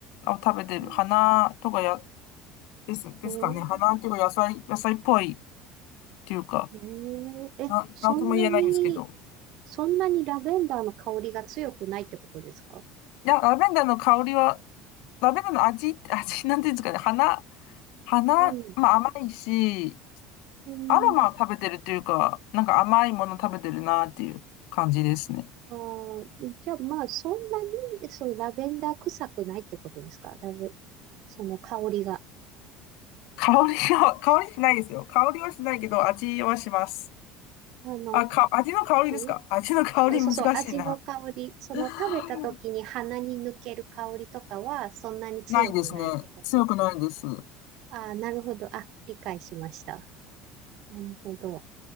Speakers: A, on the left; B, on the right.
A: を食べてる。
B: <laughs>
A: 花とかや、です、ですかね。
B: えー、
A: 花というか、野菜、野菜っぽいっていうか、
B: えー、
A: なん、
B: え、そんなに、
A: なんとも言えないんですけど。
B: そんなにラベンダーの香りが強くないってことですか
A: いや、ラベンダーの香りは、ラベンダーの味、味、なんていうんですかね。花、花、
B: うん。
A: まあ甘いし、
B: うん。
A: アロマを食べてるというか、なんか甘いもの食べてるなっていう感じですね。
B: あー、じゃあまあ、そんなに、そのラベンダー臭くないってことですかラベ、その香りが。
A: 香りは、香りしないですよ。香りはしないけど、味はします。
B: あの、
A: あ、か、味の香りですか味の香り難しいな。
B: うんうんそうそう、味の香り、その食べた時に鼻に抜ける香りとかはそんなに強くないってこと。
A: <laughs> ないですね。強くないです。
B: ああ、なるほど。あ、理解しました。なるほど。